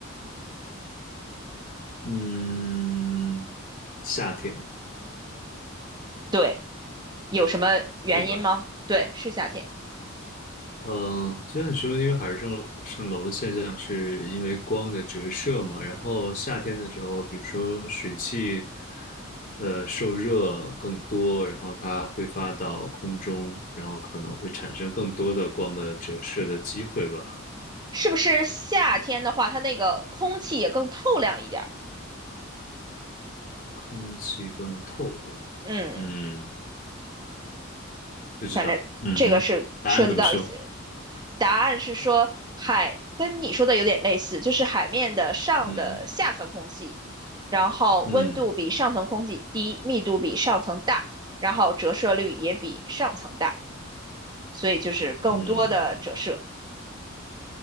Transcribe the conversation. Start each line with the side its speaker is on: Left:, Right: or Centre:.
Left: 嗯，夏天
Right: 对，有什么原因吗？
Left: 对吧？
Right: 对，是夏天，
Left: 嗯，就像你说的，因为海市蜃蜃楼的现象是因为光的折射嘛，然后夏天的时候，比如说水汽，呃，受热更多，然后它挥发到空中，然后可能会产生更多的光的折射的机会吧，
Right: 是不是夏天的话，它那个空气也更透亮一点儿？
Left: 空气更透亮，
Right: 嗯，
Left: 嗯。不知道。
Right: 反正这个是涉及到一些
Left: 嗯哼，答案怎么说？
Right: 答案是说海跟你说的有点类似，就是海面的上的下层空气，
Left: 嗯
Right: 然后温度比上层空气低，
Left: 嗯
Right: 密度比上层大，然后折射率也比上层大，所以就是更多的折射。
Left: 嗯，